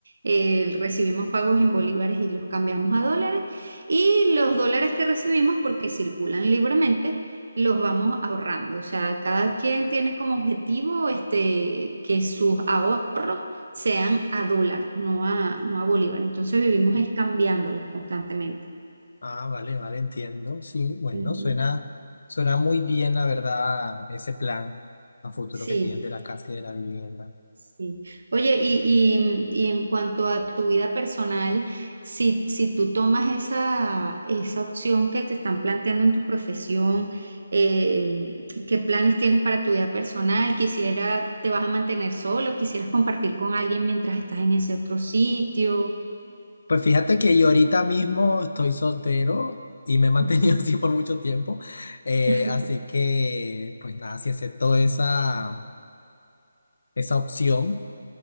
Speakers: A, on the right (about 60°); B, on the left (about 60°).
A: Eh, recibimos pagos en bolívares y los cambiamos a dólares. Y los dólares que recibimos, porque circulan libremente, los vamos ahorrando. O sea, cada quien tiene como objetivo este, que sus ahorros sean a dólar, no a, no a bolívar. Entonces vivimos
B: ah, ok.
A: es cambiándolos constantemente.
B: Ah, vale, vale, entiendo. Sí, bueno,
A: Ujú.
B: suena, suena muy bien, la verdad, ese plan a futuro
A: Sí.
B: que tienen de la casa y de la vivienda.
A: Sí. Oye, y, y- y en cuanto a tu vida personal, si, si tú tomas esa, esa opción que te están planteando en tu profesión, eh, ¿qué planes tienes para tu vida personal? Quisiera, ¿te vas a mantener solo? ¿Quisieras compartir con alguien mientras estás en ese otro sitio?
B: Pues fíjate que yo ahorita mismo estoy soltero y me he mantenido
A: Ujú.
B: <laughs> así por mucho tiempo. Eh,
A: <laughs>
B: así que, pues nada, si acepto esa, esa opción,